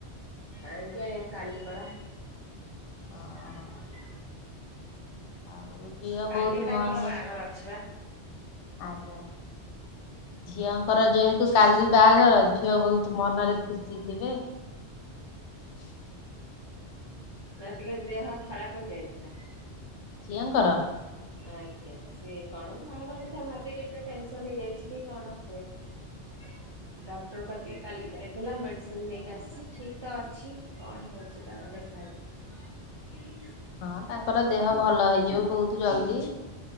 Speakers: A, on the right (about 40°); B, on the left (about 80°).
A: ଆଜ୍ଞା ଆଜ୍ଞା କାଲି ପରା।
B: ହଁ
A: <inaudible>
B: ଆଉ ଝିଅ
A: କାଲି
B: ବହୁତ ମନ
A: ତାଙ୍କର ବାହାଘର ଅଛି ବା।
B: ଆଜ୍ଞା। ଝିଅଙ୍କର ଯେହେତୁ କାଲି ବାହାଘର ଅ ଝିଅ ବହୁତ୍ ମନରେ ଖୁସି ଥିବେ। <inaudible>
A: ନା ଟିକେ ଦେହ ଖରାପ ହେଇଯାଇଥିଲା।
B: ଝିଅଙ୍କର
A: ଆଜ୍ଞା ସିଏ କଣ ବାହାଘର କଥା ଭାବିକି ଟିକେ ଟେନସନ୍ ହେଇଯାଇଛି କି କଣ ବଧେ <inaudible> ଡକ୍ଟର କତିକି କାଲି ଯାଇଥିଲା ମେଡିସିନ ନେଇକି ଆସିଛି ଠିକ ତ ଅଛି କଣ ହଉଛି ତାର ଦେଖାଯାଉ। <inaudible>
B: ହଁ। ତାଙ୍କର ଦେହ ଭଲ ହେଇଯିବ ବହୁତ୍ ଜଲ୍ଦି